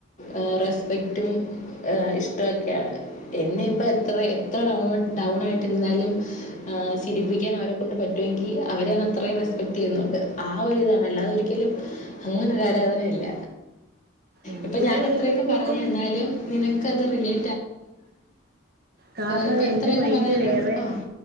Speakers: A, on the left; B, on the right.
A: ആ റെസ്പെക്ട് റ്റവും ഇഷ്ടമൊക്കെയാണ് എന്നെ ഇപ്പോൾ എത്ര എത്ര ഡൗൺ ഡൗണായിട്ടിരുന്നാലും ആ ചിരിപ്പിക്കാൻ അവരെ കൊണ്ട് പറ്റുമെങ്കിൽ അവരെ അത്രയും റെസ്പെക്ട് ചെയ്യുന്നുണ്ട് ആ ഒരിതാണ് അല്ലാതെ ഒരിക്കലും അങ്ങനൊ ഒരു ആരാധനയല്ല
B: എനിക്കെന്ന്
A: ഇപ്പം ഞാൻ
B: പറയുമ്പോഴത്തേക്കും
A: എത്രയൊക്കെ പറഞ്ഞ് എന്നാലും നിനക്കത് റിലേ
B: കാരണം
A: ഇപ്പം
B: എന്റെ
A: എത്രയൊക്കെ
B: മൈനൻഡ്
A: പറഞ്ഞാലും
B: വേറെ
A: ആ